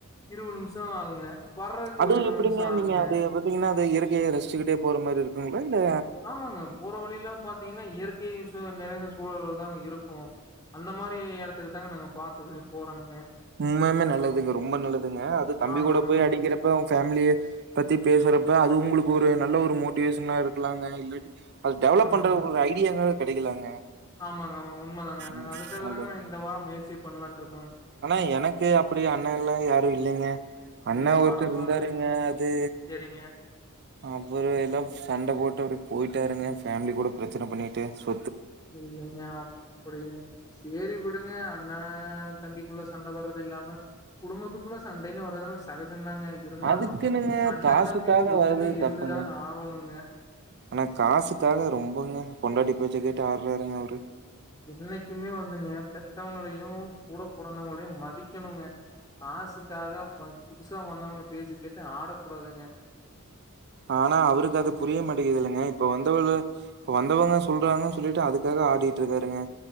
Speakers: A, on the left; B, on the right.
A: இருவது நிம்ஷோ ஆகுங்க வர்றதுக்கு
B: அதுவு
A: ஒரு இருவது
B: எப்படிங்க
A: நிமிஷோ ஆகுங்க
B: நீங்க அது பாத்தீங்கன்னா அது இயற்கையே ரசிச்சுக்கிட்டே போற மாரி இருக்குங்க இல்
A: ஆமாங்க போற வழியெல்லா பாத்தீங்கன்னா இயற்கையே சுத் திந்துங்க சூழல்கள் தாங்க இருக்கு அந்த மாரி இடத்துக்கு தாங்க நாங்க பாத்தது போறோங்க
B: உண்மே நல்லதுங்க ரொம்ப நல்லதுங்க அது தம்பி
A: ஆமாங்க
B: கூட போய்
A: ஆமாங்க
B: அடிக்கிறப்ப ஃபேமிலியே பத்தி பேசுறப்ப அது உங்களுக்கு ஒரு நல்ல ஒரு மோட்டிவேஷனாக இருக்கலாங்க இல்லாட்டி அது டெவலப்
A: ஆமாங்க
B: பண்ற ஒரு ஐடியாங்க கெடைக்கலாங்க
A: ஆமாங்க ஆமாங்க உண்மைதாங்க நாங்க
B: ம்
A: அதுக்காக
B: நல்லது.
A: தாங்க இந்த வாரம் முயற்சி பண்ணலா இருக்
B: ஆனா எனக்கு அபடி அண்ணன் அண்ண எல்லா யாரு இல்லைங்க அண்ணா
A: இது
B: ஒருத்தர்
A: பரவால்
B: இருந்தாருங்க அது
A: செரிங்க
B: அப்புறோ எல்லா சண்ட போட்டு ட அப்டியே போயிட்டாருங்க ஃபேமிலி கூட பிரச்சன பண்ணிட்டு சோ
A: இல்லைங்க அப்டி செரி விடுங்க அண்ணா தம்பிக்குள்ள சண்ட வர்றது இல்லாம குடும்பத்துக்குள்ள சண்டைன்னு வரது சகஜதாங்க இருந்தாலு
B: அதுக்குன்னுங்க
A: அண்ணன்
B: காசுக்காக
A: தம்பியு ஒத்துமைய
B: வர்றது
A: இருந்துதாங்க
B: தப்புங்க.
A: ஆகணுங்க
B: ஆனா காசுக்காக ரொம்பங்க பொண்டாட்டி பேச்ச கேட்டு ஆறாருங்க அவுரு
A: என்னைக்குமே வந்துங்க பெத்தவங்களையு கூட பிறந்தவங்களையு மதிக்கணுங்க காசுக்காக பத் புதுசா வந்தவங்க பெச்சகுச்சா கேட்டு ஆடக்கூடாதுங்க
B: ஆனா அவுருக்கு அது புரிய மாட்டேங்கதுல்லைங்க இப்ப வந்தவலு வந்தவங்க சொல்றாங்கன்னு சொல்லிட்டு அதுக்காக ஆடிட்டு இருக்காருங்க